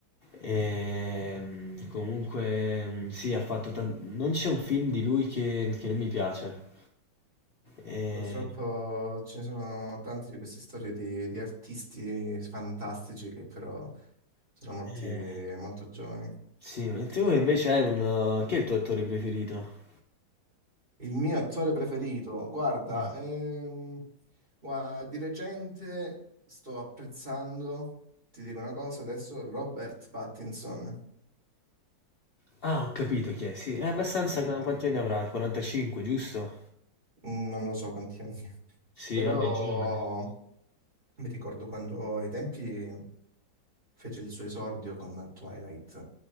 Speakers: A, on the left (about 60°); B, on the right (about 25°).
A: Ehm, comunque, mhmm, sì, ha fatto tan non c'è un film di lui che che non mi piace. Ehm
B: Purtroppo ce ne sono tante di queste storie di, di artisti fantastici che però sono morti
A: Eh.
B: molto giovani.
A: Sì, ma tu invece hai un... uh, Chi è il tuo attore preferito?
B: Il mio attore preferito, guarda,
A: Mm.
B: ehm, gua- di recente sto apprezzando, ti dico una cosa adesso, Robert Pattinson.
A: Ah, ho capito chi è, sì. È abbastanza...
B: Eh,
A: Quanti anni avrà? 45, giusto?
B: non lo so quanti anni, ha,
A: Sì,
B: però
A: vabbè, giovane.
B: mi ricordo quando ai tempi fece il suo esordio con Twilight